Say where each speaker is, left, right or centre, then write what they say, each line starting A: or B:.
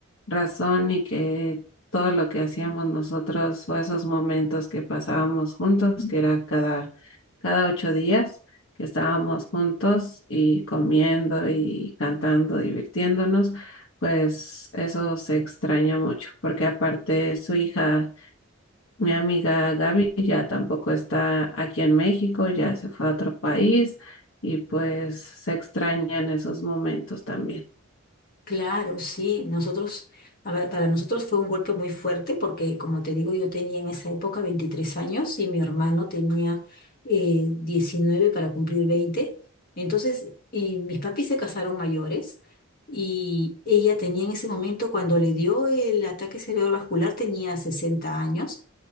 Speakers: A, on the left; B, on the left.
A: razón y que todo lo que hacíamos nosotros o esos momentos que pasábamos juntos, que era cada, cada ocho días que estábamos juntos y comiendo y cantando, divirtiéndonos, pues eso se extraña mucho, porque aparte su hija, mi amiga Gaby, ya tampoco está aquí en México, ya se fue a otro país y pues se extrañan esos momentos también.
B: Claro, sí. Nosotros, a ver, para nosotros fue un golpe muy fuerte porque, como te digo, yo tenía en esa época 23 años y mi hermano tenía eh, 19 para cumplir 20. Entonces, eh, mis papis se casaron mayores y ella tenía en ese momento, cuando le dio el ataque cerebrovascular, tenía 60 años,